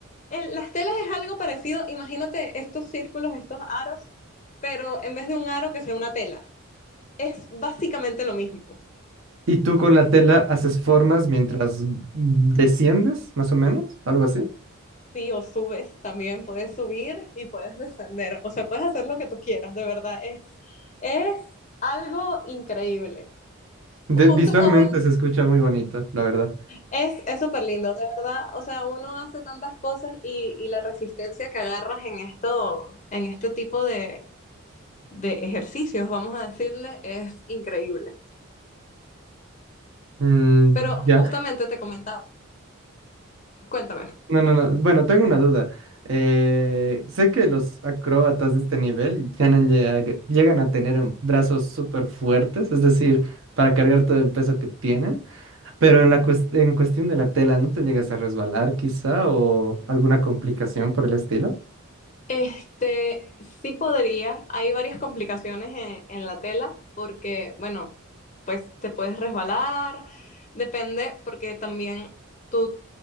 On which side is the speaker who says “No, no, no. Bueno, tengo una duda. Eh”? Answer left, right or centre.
Right